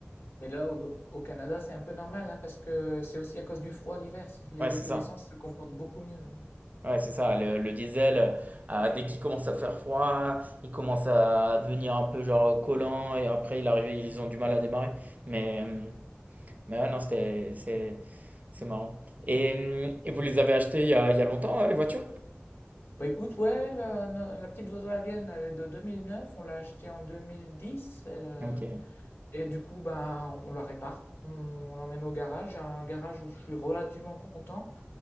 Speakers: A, on the left; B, on the right.
A: mais là, au, au Canada, c'est un peu normal, hein, parce que c'est aussi à cause du froid l'hiver. c'est- Les
B: Ouais,
A: véhicules
B: c'est ça.
A: essence se comportent beaucoup mieux.
B: Ouais, c'est ça. Le, le diesel, euh, ah, dès qu'il commence à faire froid, il commence à devenir un peu genre collant et après il arrive,
A: Mm.
B: ils ont du mal à démarrer. Mais euh, Mais ouais, non, c'était, c'est, c'est marrant. Et, hum, et vous les avez achetées il y a, il y a longtemps, hein, les voitures?
A: Bah écoute, ouais, la, no- la petite Volkswagen, elle est de 2009, on l'a achetée en 2010, elle, euh,
B: Ok.
A: et du coup, ben, on la répare, on, on l'emmène au garage, J'ai un garage où je suis relativement content,